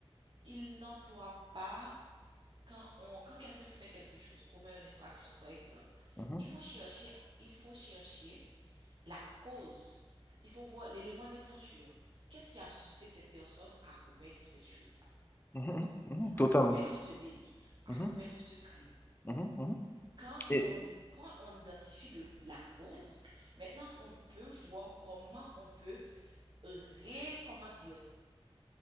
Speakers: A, on the right; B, on the left.
A: il n'emploie pas quand, on, quand quelqu'un fait quelque chose, commet une infraction par exemple.
B: mhm,
A: Il faut chercher, il faut chercher la cause. Il faut voir l'élément déclencheur. Qu'est-ce qui a suscité cette personne à commettre cette chose-là,
B: mhm, mhm, mhm, Totalement.
A: à commettre ce délit, à
B: Mhm,
A: commettre ce crime?
B: mhm, mhm.
A: quand
B: Et
A: on, quand on identifie le, la cause, maintenant on peut voir comment on peut ré, comment dire,